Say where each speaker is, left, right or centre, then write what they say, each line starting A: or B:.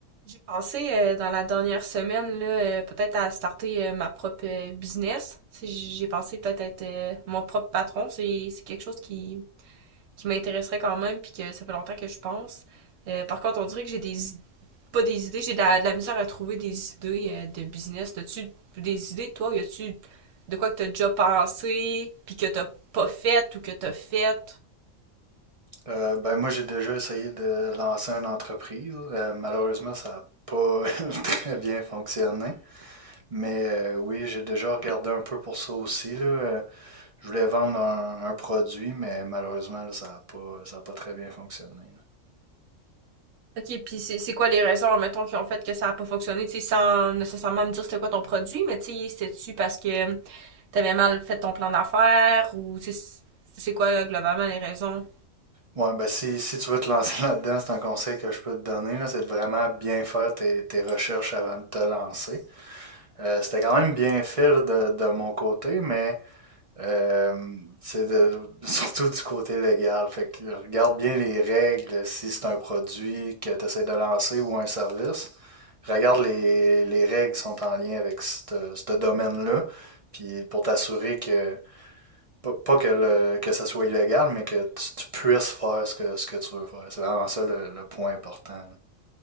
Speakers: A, on the right; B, on the right.
A: J'ai pensé euh, dans la dernière semaine là, euh, peut-être à starter euh, ma propre euh, business. Tu sais, J'ai pensé peut-être être, euh, mon propre patron. C'est c'est quelque chose qui, qui m'intéresserait quand même, puis que ça fait longtemps que je pense. Euh, par contre, on dirait que j'ai des id- pas des idées, j'ai de la, de la misère à trouver des idées euh, de business. T'as-tu des idées, toi, ou y a-tu de quoi que t'as déjà pensé, puis que t'as pas fait ou que t'as fait?
B: Euh, ben moi, j'ai déjà essayé de lancer une entreprise. Euh, malheureusement, ça n'a pas <laughs> très bien fonctionné. Mais euh, oui, j'ai déjà regardé un peu pour ça aussi, là. Euh, Je voulais vendre un, un produit, mais malheureusement, là, ça n'a pas, ça a pas très bien fonctionné. là.
A: OK, puis c'est c'est quoi les raisons, mettons, qui ont fait que ça a pas fonctionné, tu sais, sans nécessairement me dire c'était quoi ton produit, mais tu sais, c'était-tu parce que t'avais mal fait ton plan d'affaires ou tu sais, c'est quoi euh, globalement les raisons?
B: Ouais, ben si, si tu veux te lancer <laughs> là-dedans, c'est un conseil que je peux te donner, là, c'est de vraiment bien faire tes, tes recherches avant de te lancer. Euh, c'était quand même bien fait là, de, de mon côté, mais Euh, c'est de- <laughs> surtout du côté légal. Fait que euh, regarde bien les règles si c'est un produit que tu essaies de lancer ou un service. Regarde les, les règles qui sont en lien avec ce ce domaine-là. Puis pour t'assurer que, pas, pas que, le- que ça soit illégal, mais que tu, tu puisses faire ce que, ce que tu veux faire. C'est vraiment ça le, le point important.